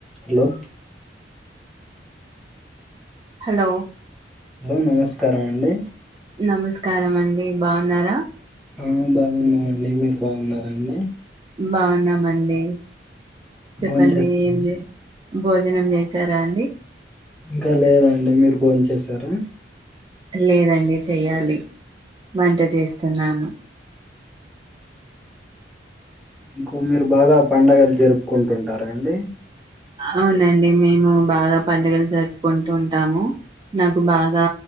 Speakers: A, in the centre; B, on the right.
A: Hello
B: hello
A: hello నమస్కారం అండి
B: నమస్కారం అండి బాగున్నారా
A: ఆ బాగున్నామండి మీరు బాగున్నారా అండి
B: బాగున్నామండి చెప్పండి
A: భోం చేశారా
B: ఏం
A: అండి
B: లే భోజనం చేసారా అండి
A: ఇంకా లేదండి మీరు భోం చేసారా
B: లేదండి చెయ్యాలి వంట చేస్తున్నాను
A: ఉమ్ మీరు బాగా పండగలు జరుపుకుంటుంటారా అండి
B: అవునండి మేము బాగా పండుగలు జరుపుకుంటూ ఉంటాము నాకు బాగా